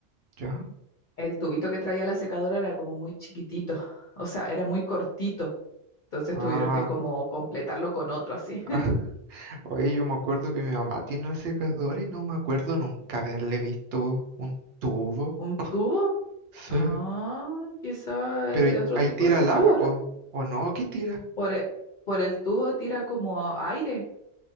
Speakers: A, on the right; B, on the left.
A: ¿ya?
B: el tubito que traía la secadora era como muy chiquitito, <laughs> o sea, era muy cortito. Entonces
A: Ah,
B: tuvieron que como completarlo con otro así.
A: <laughs> Oye, yo me acuerdo que mi mamá tiene una secadora y no me acuerdo nunca haberle visto un tubo.
B: ¿Un
A: <laughs>
B: tubo?
A: Sí.
B: Ah, quizá
A: Pero
B: es de
A: ahí
B: otro
A: ahí
B: tipo
A: tira
B: de secadora.
A: el agua, po. ¿O no? ¿Qué tira?
B: Por el, por el tubo tira como aire,